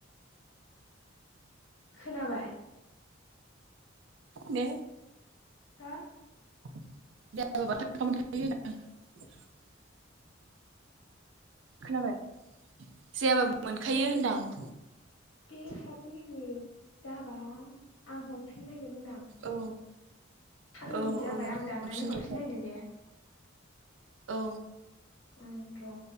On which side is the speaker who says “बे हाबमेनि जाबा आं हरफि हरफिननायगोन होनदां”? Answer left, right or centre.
Left